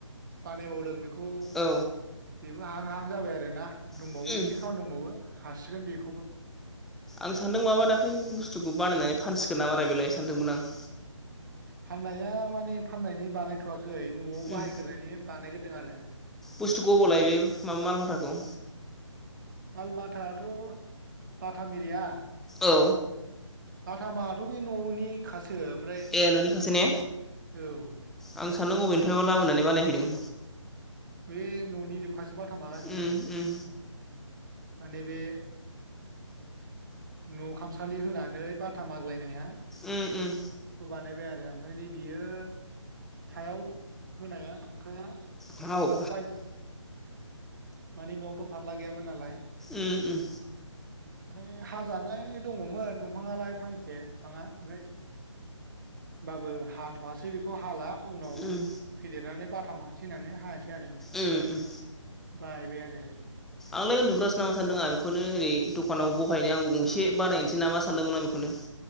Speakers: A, on the right; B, in the centre.
A: बानायबावदों बे खौ बे
B: औ
A: बेबो हां हाहां जाबाय आरो ना दंबावो
B: उम
A: एसे खामानि दंबावो हासिगोन बेखौ
B: आं सान्दों माबा दाखै बुस्थुखौ बानायनानै फानसिगोन नामा बेलाय सानदोंमोन आं
A: फाननाया मानि फाननायनि बानायथ'वाखै खै न'आव बाहायग्रोनानै
B: उम
A: बानायग्रो दों आरो
B: बुस्थुखौ अबाव लायो बे मा-मालबाथाखौ
A: माल माथायाथ' बाथामेरिया
B: औ
A: बाथामाथ' बे न'नि खासो सो ओमफ्राय
B: ए न'नि खासे ने
A: औ
B: आं सानदों बबेनिफ्रायबा लाबोनानै बानायफैदों
A: बे न'नि जोबखा सो बाथामा गासैबो
B: उम उम
A: माने बे न' खामसालि होनानै बाथा माग्लायनाया
B: उम उम
A: खौ बानायबाय आरो आरो ओमफ्राय नै बियो सायाव होनाया थखथाया
B: माव
A: फारलाखौ मानि न'आवथ' फार्ला गैयामोन नालाय
B: उम उम
A: ओमफ्राय हाजानाय दङमोन दंफाङालाय फांसे बिफाङा ओमफ्राय होनबाबो हाथ'वासै बेखौ हाला उनाव
B: उम
A: फेदेर ननानै बाथा मानसै होननानै हाय <unintelligible> आरो ओमफ्राय
B: उम उम
A: बायबाय आरो दे
B: आंलाय उन्दुग्रासो नामा सानदों आं बेखौनो ओरै दखानाव बहायनो आं गंसे बानायनोसै नामा सानदोंमोन आं बेखौनो